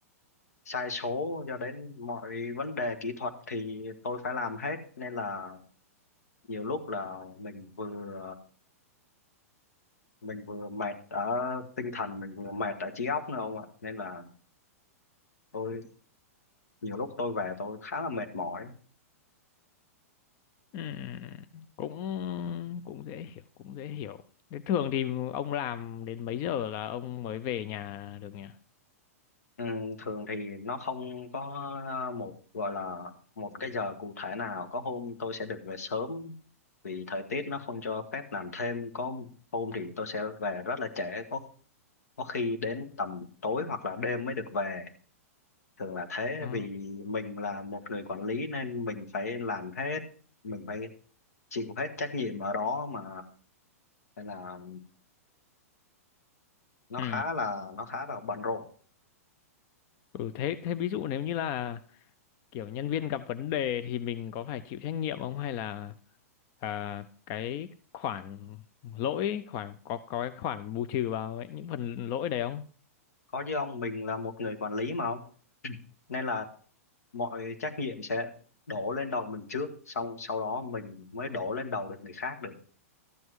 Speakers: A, on the left; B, on the left.
A: sai số cho đến mọi vấn đề kỹ thuật thì tôi phải làm hết nên là nhiều lúc là mình vừa mình vừa mệt ở tinh thần mình vừa mệt ở trí óc nữa ông ạ nên là tôi nhiều lúc tôi về tôi khá là mệt mỏi
B: Ừm, cũng cũng dễ hiểu cũng dễ hiểu thế thường thì ông làm đến mấy giờ là ông mới về nhà được nhỉ
A: ừ, thường thì nó không có ờ, một gọi là một cái giờ cụ thể nào có hôm tôi sẽ được về sớm vì thời tiết nó không cho phép làm thêm có hôm thì tôi sẽ về rất là trễ có có khi đến tầm tối hoặc là đêm mới được về thường là thế
B: Ừ.
A: vì mình là một người quản lý nên mình phải làm hết mình phải chịu hết trách nhiệm ở đó mà nên là nó
B: Ừ.
A: khá là nó khá là bận rộn
B: Ừ thế thế ví dụ nếu như là kiểu nhân viên gặp vấn đề thì mình có phải chịu trách nhiệm không hay là à, cái khoản lỗi khoản có có cái khoản bù trừ vào ấy, những phần lỗi đấy không?
A: có chứ ông mình là một người quản lý mà ông nên là mọi trách nhiệm sẽ đổ lên đầu mình trước xong sau đó mình mới đổ lên đầu được người khác được